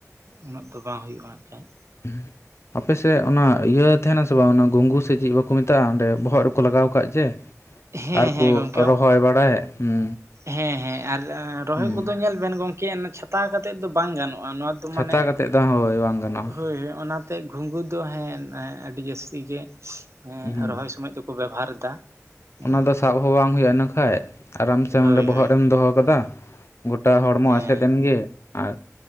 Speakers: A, on the right (about 60°); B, on the left (about 55°).
A: ᱩᱱᱟᱹᱜ ᱫᱚ ᱵᱟᱝ ᱦᱩᱭᱩᱜᱼᱟ ᱱᱟᱜ ᱠᱷᱟᱡ
B: <unintelligible> ᱟᱯᱮ ᱥᱮᱫ ᱚᱱᱟ ᱤᱭᱟᱹ ᱛᱟᱦᱮᱱᱟ ᱥᱮ ᱵᱟᱝ ᱚᱱᱟ ᱜᱷᱩᱝᱜᱩ ᱥᱮ ᱪᱮᱫ ᱵᱟᱠᱚ ᱢᱮᱛᱟᱜᱼᱟ ᱚᱸᱰᱮ ᱵᱚᱦᱚᱜ ᱨᱮᱠᱚ ᱞᱟᱜᱟᱣ ᱠᱟᱜ ᱡᱮ᱾
A: ᱦᱮᱸ
B: ᱟᱨᱠᱚ
A: ᱦᱮᱸ ᱜᱚᱢᱠᱮ
B: ᱨᱚᱦᱚᱭ ᱵᱟᱲᱟᱭᱮᱜ, ᱦᱩᱸ
A: ᱦᱮᱸ ᱦᱮᱸ ᱟᱨ ᱨᱚᱦᱚᱭ
B: ᱦᱩᱸ
A: ᱠᱚᱫᱚ ᱧᱮᱞ ᱵᱮᱱ ᱜᱚᱝᱠᱮ ᱪᱷᱟᱛᱟ ᱠᱟᱛᱮᱫ ᱫᱚ ᱵᱟᱝ ᱜᱟᱱᱚᱜᱼᱟ᱾ ᱱᱚᱣᱟ
B: ᱪᱷᱟᱛᱟ
A: ᱢᱟᱱᱮ
B: ᱠᱟᱛᱮᱫ ᱫᱚ ᱦᱳᱭ ᱵᱟᱝ ᱜᱟᱱᱚᱜᱼᱟ
A: ᱦᱳᱭ ᱦᱳᱭ ᱚᱱᱟ ᱛᱮ ᱜᱷᱩᱝᱜᱩ ᱫᱚ ᱦᱮᱸ ᱟᱹᱰᱤ ᱡᱟᱹᱥᱛᱤ ᱜᱮ
B: ᱦᱩᱸ
A: ᱨᱚᱦᱚᱭ ᱥᱚᱢᱚᱭ ᱫᱚᱠᱚ ᱵᱮᱵᱚᱦᱟᱨ ᱮᱫᱟ᱾ ᱦᱮᱸ
B: ᱚᱱᱟ ᱫᱚ ᱥᱟᱵ ᱦᱚᱸ ᱵᱟᱝ ᱦᱩᱭᱩᱜᱼᱟ ᱤᱱᱟᱹᱠᱷᱟᱡ ᱟᱨᱟᱢ ᱥᱮᱸ
A: ᱦᱳᱭ
B: ᱟᱰᱮ ᱵᱚᱦᱚᱜ
A: ᱦᱳᱭ
B: ᱨᱮᱢ ᱫᱚᱦᱚ ᱠᱟᱫᱟ, ᱜᱚᱴᱟ ᱦᱚᱲᱢᱚ
A: ᱦᱮᱸ
B: ᱮᱥᱮᱫ ᱮᱱ ᱜᱮ᱾ ᱟᱨ